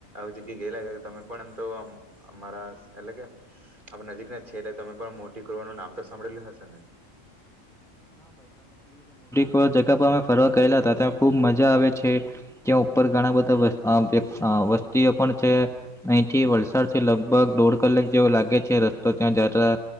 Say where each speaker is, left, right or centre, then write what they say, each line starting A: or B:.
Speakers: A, on the right; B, in the centre.
A: જગ્યા ગેલા તમે પણ એમ તો અમારા એટલે કે આપ નજીક ના છે એટલે તમે પણ મોટી કરવાનું નામ તો સાંભળેલું હશે ને?
B: એવા જગા પર અમે ફરવા ગયેલા અતા, ત્યાં ખુબ મજા આવે છે, ત્યાં ઉપર ઘણા બધા વર અંદર વ્ય અં વસ્તીઓ પણ છે અઈથી વલસાડ થી લગભગ દોઢ કલાક જેવો લાગે છે રસ્તો ત્યાં જા